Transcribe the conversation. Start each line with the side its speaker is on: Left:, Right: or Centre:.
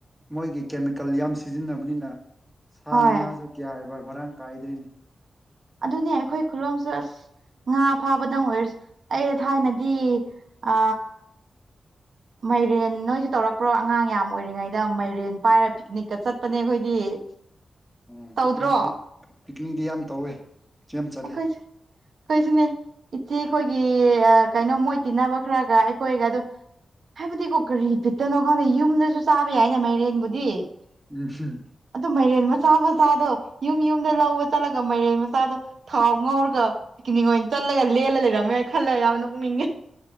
Centre: ꯃꯣꯏꯒꯤ ꯀꯦꯃꯤꯀꯦꯜ ꯌꯥꯝ ꯁꯤꯖꯤꯟꯅꯕꯅꯤꯅ ꯁꯥ
Right: ꯍꯣꯏ
Centre: ꯉꯥꯁꯨ ꯀꯌꯥꯕ ꯃꯔꯥꯡ ꯀꯥꯏꯗ꯭ꯔꯦꯅꯦ
Right: ꯑꯗꯨꯅꯦ ꯑꯩꯈꯣꯏ ꯈꯨꯂꯣꯝꯁꯨ ꯑꯁ ꯉꯥ ꯐꯥꯕꯗꯪ ꯑꯣꯏꯔꯁ ꯑꯩ ꯊꯥꯏꯅꯗꯤ ꯑ ꯃꯥꯏꯔꯦꯟ ꯅꯣꯏꯁꯨ ꯇꯧꯔꯛꯄ꯭ꯔꯣ ꯑꯉꯥꯡ ꯌꯥꯝ ꯑꯣꯏꯔꯤꯉꯩꯗ ꯃꯥꯏꯔꯦꯟ ꯄꯥꯏꯔ ꯄꯤꯛꯅꯤꯛꯀ ꯆꯠꯄꯅꯦ ꯑꯩꯈꯣꯏꯗꯤ <inaudible>
Centre: ꯎ
Right: ꯇꯧꯗ꯭ꯔꯣ
Centre: ꯄꯤꯅꯤꯛꯇꯤ ꯄꯤꯛꯅꯤꯛꯇꯤ ꯌꯥꯝ ꯇꯧꯋꯦ ꯌꯥꯝ ꯆꯠꯂꯦ
Right: ꯑꯩꯈꯣꯏꯁꯨ ꯑꯩꯈꯣꯏꯁꯨꯅꯦ ꯏꯆꯦꯈꯣꯏꯒꯤ ꯀꯩꯅꯣ ꯃꯣꯏ ꯇꯤꯟꯅꯕ ꯈꯔꯒ ꯑꯩꯈꯣꯏꯒ ꯗꯨꯝ ꯍꯥꯏꯕꯗꯤꯀꯣ ꯀꯔꯤ ꯕꯤꯠꯇꯅꯣ ꯈꯪꯗꯦ ꯌꯨꯝꯗꯁꯨ ꯆꯥꯕ ꯌꯥꯏꯌꯦꯅ ꯃꯥꯏꯔꯦꯟꯕꯨꯗꯤ
Centre: ꯎꯝꯍꯨꯝ
Right: ꯑꯗꯨ ꯃꯥꯏꯔꯦꯟ ꯃꯆꯥ ꯃꯆꯥꯗꯣ ꯌꯨꯝ ꯌꯨꯝꯗ ꯂꯧꯕ ꯆꯠꯂꯒ ꯃꯥꯏꯔꯦꯟ ꯃꯆꯥꯗꯣ ꯊꯥꯎ ꯉꯥꯎꯔꯒ ꯄꯤꯀꯤꯅꯤꯛ ꯑꯣꯏꯅ ꯆꯠꯂꯒ ꯂꯦꯜꯂ ꯂꯩꯔꯝꯃꯦ ꯈꯜꯂ ꯌꯥꯝ ꯅꯣꯛꯅꯤꯡꯉꯦ